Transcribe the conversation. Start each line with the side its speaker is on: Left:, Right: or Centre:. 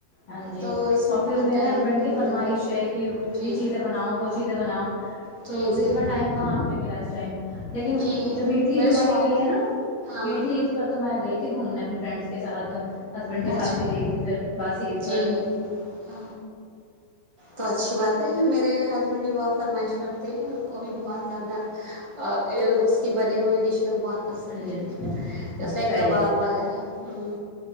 Left: ہاں جی
Right: تو اس میں
Left: اور
Right: بہت
Left: پھر میرے
Right: ٹائم
Left: ہسبینڈ کی فرمائش
Right: لگ جاتا
Left: ہے کہ یہ
Right: جی
Left: چیزیں بناؤ وہ چیز بناؤ
Right: جی
Left: تو وہ بھی
Right: جی
Left: اس میں ٹائم کہاں مجھے ملا اس لیکن
Right: جی
Left: جو میٹھی عید
Right: میرے
Left: ہماری
Right: شوہر
Left: گئی
Right: کی
Left: ہے نا
Right: ہاں
Left: میٹھی عید پر تو میں گئی تھی گھومنے اپنی فرینڈس کے ساتھ ہسبینڈ کے ساتھ
Right: اچھا
Left: بھی گئی تھی پھر باس ہیید
Right: جی ہ تو اچھی بات ہے میرے ہسبینڈ بھی بہت فرمائش کرتے ہیں کو بھی بہت زیادہ اس کی بنی ہوئے ڈش بہت پسند
Left: ہاں
Right: ہے
Left: جی
Right: جیسے
Left: صحیح
Right: کباب
Left: ہے
Right: وغیرہ ہ